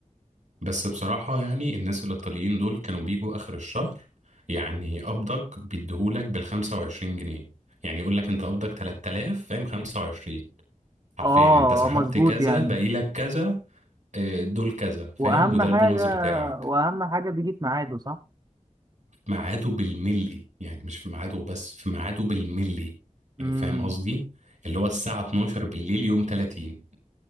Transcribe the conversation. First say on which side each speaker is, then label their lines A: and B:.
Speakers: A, on the right; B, on the right.
A: بس بصراحة يعني الناس الإيطاليين دول كانوا بيجوا آخر الشهر يعني قبضك بيديهولك بالخمسة وعشرين جنيه يعني يقولك أنت قبضك تلات آلاف فاهم خمسة وعشرين حرفيا
B: اه
A: أنت سحبت
B: مظبوط
A: كذا
B: يعني
A: باقيلك كذا آه، دول كذا فاهم
B: واهم
A: وده
B: حاجه
A: البونص بتاعك
B: واهم حاجه بيجي في ميعاده صح
A: في ميعاده بالملي يعني مش في ميعاده بس في ميعاده بالملي يعني
B: امم
A: فاهم قصدي اللي هو الساعة 12 بالليل يوم 30